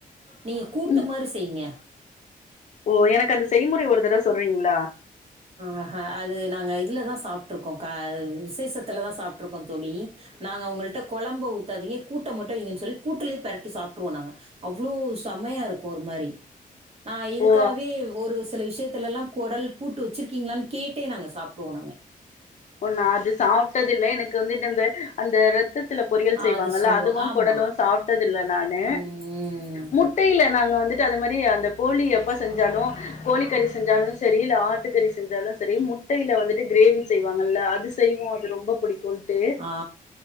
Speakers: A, on the right; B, on the left.
A: நீங்க கூட்டு
B: ம்
A: மாரி செய்ங்க
B: ஓ எனக்கு அந்த செய்முறை ஒரு தரவ சொல்றீங்ளா
A: ஆ ஹ அது நாங்க இதுலதா சாப்ட்டுருக்கோ கா விசேஷத்துலதா சாப்ட்டுருக்கோ தோழி நாங்க அவுங்கள்ட்ட கொழம்ப ஊத்தாதீங்க கூட்ட மட்டு வைங்கன்னு சொல்லி கூட்டுலயே பெரட்டி சாப்ட்டுருவோ நாங்க அவ்ளோ செமையா இருக்கு ஒரு மாறி நா இதுக்காவே
B: ஓ
A: ஒரு சில விஷியத்துலல்லா கொடல் கூட்டு வெச்சுருகிங்களான்னு கேட்டே நாங்க சாப்டுவோ நாங்க
B: ஓ நா அது சாப்ட்டது இல்ல எனக்கு வந்துட்டு அந்த அந்த ரத்தத்துல பொரியல் செய்வாங்கல்ல
A: அது சொல்லுவோம்
B: அதுவு
A: ஆமாம்
B: குடலு சாப்ட்டது இல்ல நானு
A: ம்
B: மு டைல நாங்க வந்துட்டு அத மாறி அந்த கோழி எப்போ செஞ்சாலு கோழி கறி செஞ்சாலு சரி இல்ல ஆட்டுக்கறி செஞ்சாலு சரி முட்டைல வந்துட்டு கிரேவி செய்வாங்கல்ல அது செய்வோ ரொம்ப புடிக்குன்ட்டு
A: ஆ